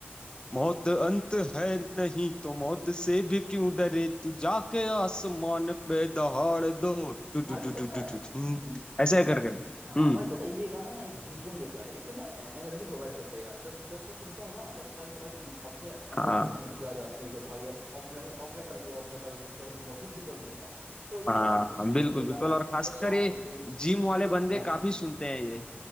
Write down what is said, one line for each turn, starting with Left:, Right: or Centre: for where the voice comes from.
Left: मौत अंत है नहीं तो मौत से भी क्यों डरे तू जाके आसमान पे दहाड़ दो टू टू
Right: भाई
Left: टू टू
Right: पता
Left: टू टू टू।
Right: है
Left: ऐसे करके हम्म
Right: हाँ भाई पता है ये गाना ना एक घूसबम देता है एक ना एनर्जी प्रोवाइड करता है ये गाना जब जब सब सुनता हूँ ना लगता है कि भाई अन- अपने अंदर
Left: हाँ
Right: से एक एनर्जी आ जाती है कि भाई अब अब मैं हूँ अब मैं चल दूँ अब मैं कर कर दूंगा कुछ भी कर दूंगा तो ये
Left: हाँ
Right: गाना ना मैं सु-
Left: बिल्कुल
Right: ये
Left: बिल्कुल
Right: गाना
Left: और खासकर
Right: ये सॉन्ग
Left: ये
Right: जो ये
Left: जिम
Right: सुनता
Left: वाले बंदे
Right: रहता
Left: काफी
Right: हूँ मैं
Left: सुनते हैं ये